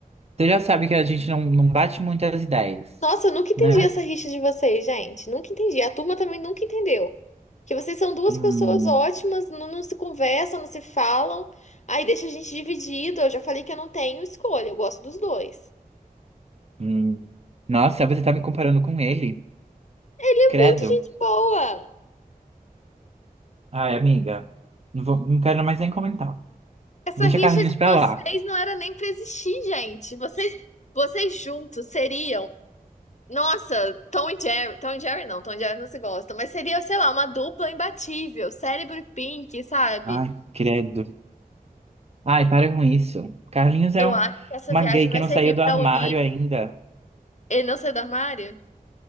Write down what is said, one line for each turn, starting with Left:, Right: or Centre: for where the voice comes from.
Right: Você já sabe que a gente não, não bate muito as ideias,
Left: Nossa, eu nunca entendi
Right: né?
Left: essa rixa de vocês, gente. Nunca entendi. A turma também nunca entendeu. Que vocês são duas
Right: Hum.
Left: pessoas ótimas, não, não se conversam, não se falam. Aí deixa a gente dividido. Eu já falei que eu não tenho escolha, eu gosto dos dois.
Right: Hum. Nossa, você tá me comparando com ele?
Left: Ele é
Right: Credo.
Left: muito gente boa.
Right: Ai, amiga, não vou, não quero mais nem comentar.
Left: Essa
Right: Deixa
Left: rixa
Right: Carlinhos
Left: de
Right: pra
Left: vocês
Right: lá.
Left: não era nem pra existir, gente. Vocês, vocês juntos seriam. Nossa, Tom e Jerry. Tom e Jerry não, Tom e Jerry não se gostam, mas seria, sei lá, uma dupla imbatível, cérebro e Pink, sabe?
Right: Ai, credo. Ai, para com isso. Carlinhos é
Left: Eu
Right: um-
Left: acho que essa
Right: uma
Left: viagem
Right: gay que
Left: vai
Right: não
Left: servir
Right: saiu do
Left: pra
Right: armário
Left: unir
Right: ainda.
Left: ele não sai do armário?